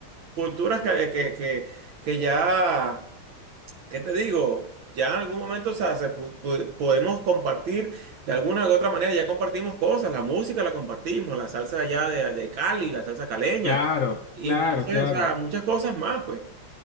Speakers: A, on the right; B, on the left.
A: culturas que, que, que, que ya, ¿qué te digo? Ya en algún momento, o sea, se pu- pu- podemos compartir de alguna u otra manera, ya compartimos cosas, la música la compartimos, la salsa allá de, de Cali, la salsa caleña,
B: Claro,
A: y
B: claro,
A: entonces,
B: claro.
A: o sea, muchas cosas más, pues.